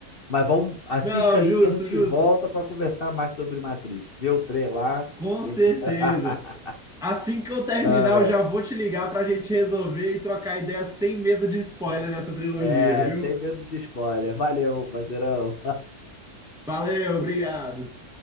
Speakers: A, on the left; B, in the centre.
A: Mas vamos, assiste
B: Não,
A: aí
B: justo,
A: e a gente
B: justo.
A: volta pra conversar mais sobre Matrix. Vê o trailer lá.
B: Com
A: e-
B: certeza.
A: <laughs>
B: Assim que eu terminar,
A: Ah,
B: eu já vou te ligar pra gente resolver e trocar ideias sem medo de spoiler dessa trilogia,
A: É,
B: viu?
A: sem medo de spoiler. Valeu, parceirão.
B: Valeu, obrigado.